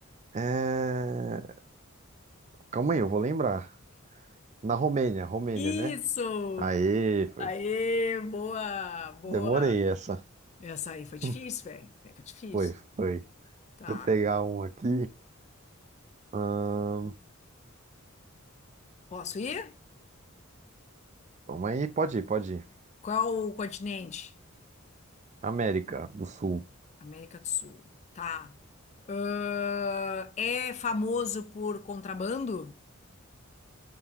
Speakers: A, on the right; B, on the left.
A: É... Calma aí, eu vou lembrar. Na Romênia, Romênia,
B: Isso!
A: né? Aê, foi.
B: Aê, boa, boa.
A: Demorei essa.
B: Essa aí foi difícil,
A: <laughs>
B: velho. Essa aí foi difícil.
A: Foi, foi. Deixa
B: Tá.
A: eu pegar um aqui. Ahn,
B: Posso ir?
A: Calma aí, pode ir, pode ir.
B: Qual o continente?
A: América do Sul.
B: América do Sul. Tá. Ahn, é famoso por contrabando?